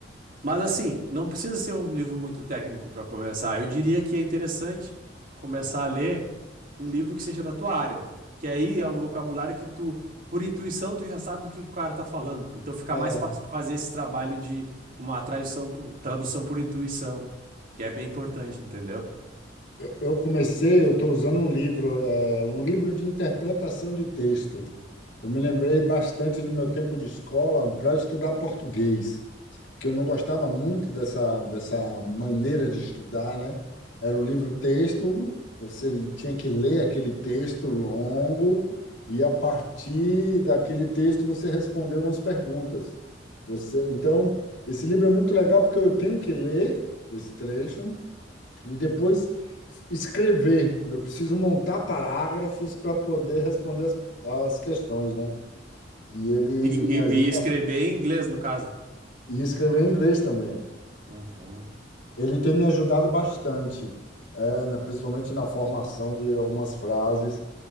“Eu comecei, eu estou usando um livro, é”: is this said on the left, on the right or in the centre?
Left